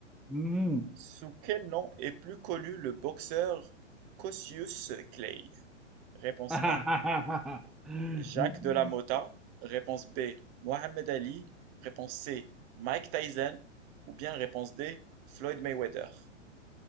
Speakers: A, in the centre; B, on the right (about 35°).
A: Mhm.
B: Sous quel nom est plus connu le boxeur Cassius Clay? Réponse
A: <laughs>
B: A.
A: Mhm.
B: Jacques de la Motta. Réponse B. Mohamed Ali. Réponse C. Mike Tyson. Ou bien réponse D. Floyd Mayweather.